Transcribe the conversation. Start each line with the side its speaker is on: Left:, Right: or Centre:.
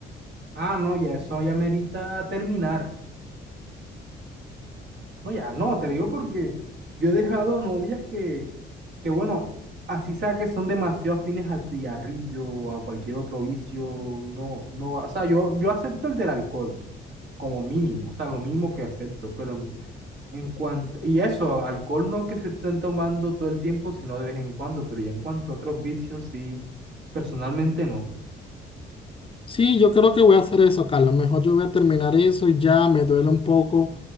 Right: Ah, no, ya eso ya merita terminar. No, ya, no, te digo porque yo he dejado novias que, que bueno, así sea que son demasiado fines al cigarrillo o a cualquier otro vicio, no, no va. O sea, yo, yo acepto el del alcohol como mínimo, o sea, lo mínimo que acepto, pero En cuanto, y eso, alcohol no que se estén tomando todo el tiempo, sino de vez en cuando, pero ya en cuanto a otros vicios, sí, personalmente no.
Left: Sí, yo creo que voy a hacer eso, Carlos. Mejor yo voy a terminar eso y ya me duele un poco.